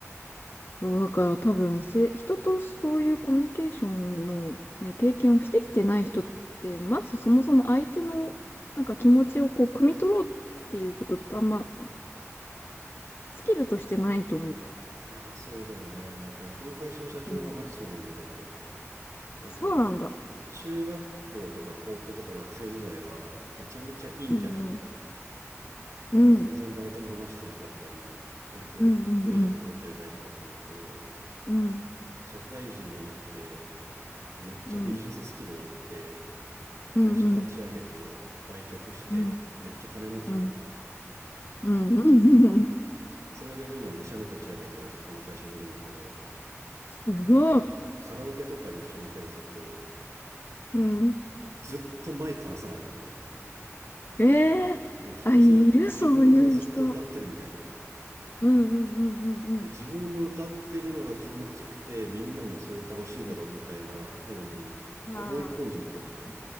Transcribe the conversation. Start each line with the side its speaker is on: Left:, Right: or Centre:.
Left: そう、だから多分せ、人とそういうコミュニケーションのね、経験をしてきてない人って、まずそもそも相手のなんか気持ちをこう、汲み取ろうっていうことってあんまスキルとしてないと思うんだよね。
Right: いやー、そうだよね。なんかうちの会社の社長がマジそうなんだけど、
Left: うん。
Right: なんか
Left: そうなんだ。
Right: 中学校とか高校とか学生時代はめちゃめちゃ陰キャだったのよ。
Left: うんうん。
Right: から全然誰とも話してなかったり、
Left: うん。
Right: 本当一人でこもってるタイプだったんだけど、
Left: うんうんうん。うん。
Right: 社会人になってめっちゃビジネススキルがあって、
Left: うん。うんうん。
Right: 会社立ち上げて、売却して、
Left: うん。
Right: めっちゃ金持ちになったのよ。
Left: うん。うん。うんうん。
Right: で、それで今2社目立ち上げて、俺そこの会社にいるんだけど、
Left: すごい。
Right: なんかカラオケとかに一緒に行ったりすると、
Left: うん。
Right: ずっとマイク離さないのよ。
Left: ええあ、
Right: もうひたすら自分がずっと歌ってるみたいな。
Left: いるそういう人。うんうんうんうんうん。
Right: で自分の歌ってるのが気持ちよくてみんなもそれ楽しいだろうみたいな風に思い込んじゃってんのよね。
Left: うん。ああ、勘